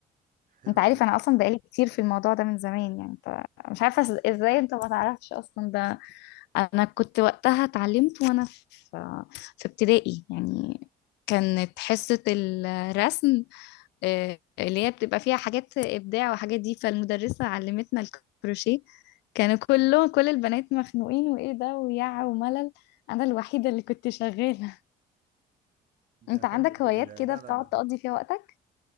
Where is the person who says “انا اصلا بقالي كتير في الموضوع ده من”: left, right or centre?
Left